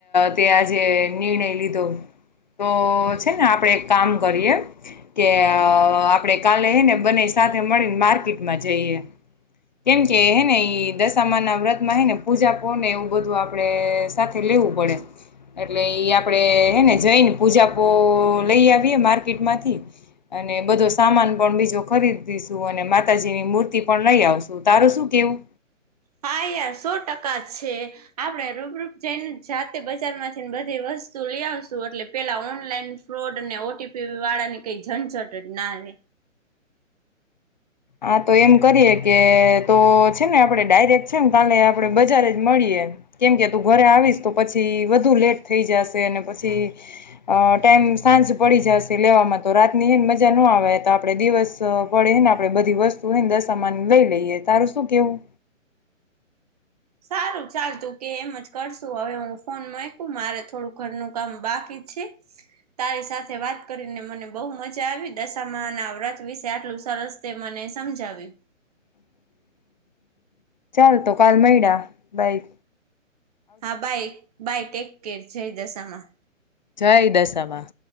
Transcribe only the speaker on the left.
તે આજે નિર્ણય લીધો તો છે ને આપડે એક કામ કરીએ કે આપડે કાલે હેને બને સાથે મળીને માર્કેટમાં જઈએ કેમ કે હેને ઈ દશામા ના વ્રત માં હે ને પૂજા પને એવું બધું આપ પડે સાથે લેવું પડે એટલે ઈ આપણેે હેને જઈને પૂજા પુલ લઈ આવીયે માર્કેટ માંથી અને બધો સામાન પણ બીજો ખરીદીશું અને માતાજીની મૂર્તિ પણ લઈ આવશું તારું શું કેવું?
હા તો એમ કરીએ કે તો છે ને આપડે ડાયરેક્ટ છે ને કાલે આપડે બજાર જ મળીએે કેમ કે તું ઘરે આવીશ તો પછી વધુ લેટ થઈ જશે પછી અ ટ એમ સાંજ પડી જશે લેવામાં તો રાતની એને મજા ન આવે તો આપડે દિવસ પડે આપ પડે બધી વસ્તુ હે દરસામાન લઈ લઈએ તારું શું કેવું?
હ ચાલ તો કાલ મૈડા બાઈ
જય દશમાં